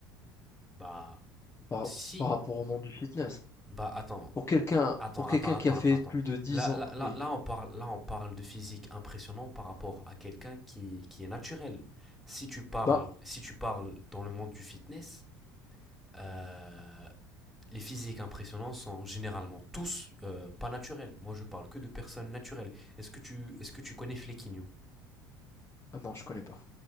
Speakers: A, in the centre; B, on the left.
A: Bah,
B: par,
A: si.
B: par rapport au monde du fitness.
A: Bah, attends.
B: Pour quelqu'un,
A: Attends,
B: pour quelqu'un
A: attends, attends,
B: qui a fait
A: attends, attends.
B: plus de 10
A: Là,
B: ans,
A: là, là,
B: oui.
A: là, on parle, là, on parle de physique impressionnant par rapport à quelqu'un qui, qui est naturel. Si tu parles,
B: Bah,
A: si tu parles dans le monde du fitness, euh, les physiques impressionnants sont généralement tous euh, pas naturels. Moi, je parle que de personnes naturelles. Est-ce que tu, est-ce que tu connais Flequinho
B: ah non, je connais pas.